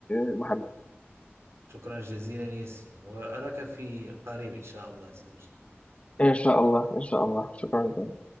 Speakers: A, on the left (about 25°); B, on the right (about 75°).
A: آه، محمد
B: شكرا جزيلا ياسين وأراك في قريب إن شاء الله عز وجل
A: إن شاء الله إن شاء الله شكرا جزيلا